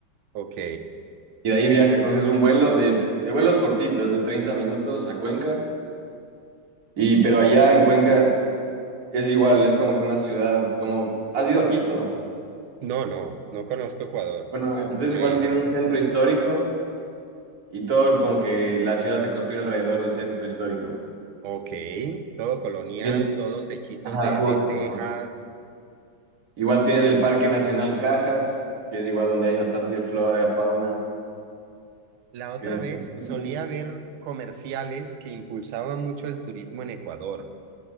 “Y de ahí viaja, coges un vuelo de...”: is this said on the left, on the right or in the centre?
Right